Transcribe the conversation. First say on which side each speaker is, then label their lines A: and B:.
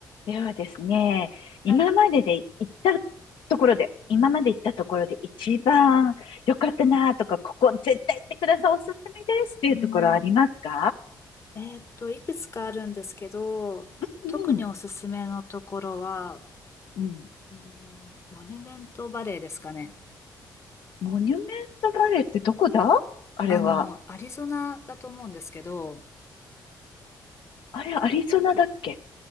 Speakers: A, on the left; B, on the left.
A: ではですね、今までで行った
B: はい。
A: ところで、今まで行ったところで一番良かったなとか、ここ絶対行ってください、おすすめですっていうところありますか
B: うん。えーっと、いくつかあるんですけど、
A: うん、
B: 特におすすめのところは、
A: うん。
B: うんモニュメントバレーですかね。
A: モニュメントバレーってどこだあれは。
B: あの、アリゾナだと思うんですけど、
A: あれ、アリゾナだっけ